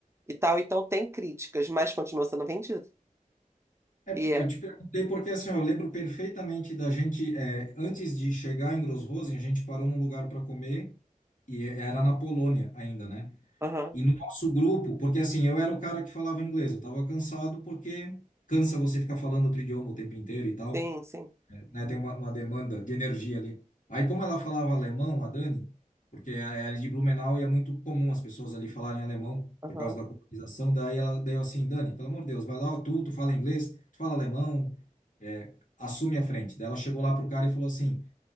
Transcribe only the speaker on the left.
É,
por-
eu te perguntei porque, assim, ó, eu lembro perfeitamente da gente, é, antes de chegar em Grossrosen, a gente parou num lugar para comer, e era na Polônia ainda, né?
E no nosso grupo, porque assim, eu era o cara que falava inglês, eu tava cansado porque cansa você ficar falando outro idioma o tempo inteiro e tal,
né? Tem uma, uma demanda de energia ali. Aí, como ela falava alemão, a Dani, porque era de Blumenau e é muito comum as pessoas ali falarem alemão
por causa da colonização, daí ela deu assim, Dani, pelo amor de Deus, vai lá, tu, tu fala inglês, tu fala alemão, é, assume a frente. Daí ela chegou lá pro cara e falou assim,